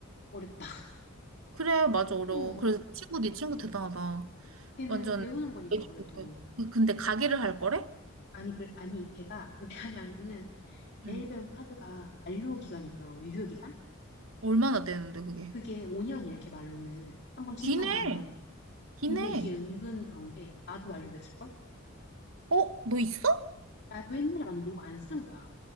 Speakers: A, on the left (about 55°); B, on the right (about 75°).
A: 어렵다.
B: 그래, 맞아, 어려워.
A: 어,
B: 그래서
A: 어.
B: 네 친구, 네 친구 대단하다.
A: 걔는
B: 완전
A: 배우는 거니까
B: 애기
A: 그래도
B: 그- 그- 근데 가게를 할 거래?
A: 아니 그 아니 걔가 왜 하냐면은 내일
B: 응.
A: 배운 카드가 만료 기간이 있더라고 유효 기간
B: 얼마나 되는데 그게?
A: 그게 5년이래 걔 말로는 한 번 신청을
B: 기네.
A: 하면
B: 기네.
A: 근데 이게 은근 그런 게 나도 만료됐을 걸
B: 어? 너 있어?
A: 나도 옛날에 만들고 안 쓴 거야